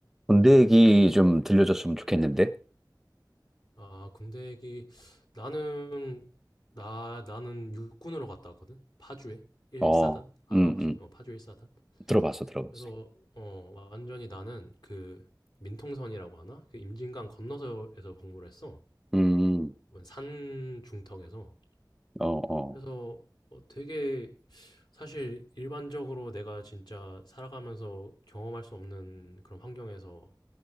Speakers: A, in the centre; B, on the left.
A: 군대 얘기 좀 들려줬으면 좋겠는데?
B: 아, 군대 얘기. 나는, 나, 나는 육군으로 갔다 왔거든? 파주에? 1사단?
A: 어,
B: 알아,
A: 음,
B: 혹시?
A: 음.
B: 어, 파주 1사단?
A: 들어봤어, 들어봤어.
B: 그래서, 어, 완전히 나는 그, 민통선이라고 하나? 그 임진강 건너서에서 복무를 했어.
A: 음,
B: 산 중턱에서.
A: 어, 어.
B: 그래서 어, 되게, 사실 일반적으로 내가 진짜 살아가면서 경험할 수 없는 그런 환경에서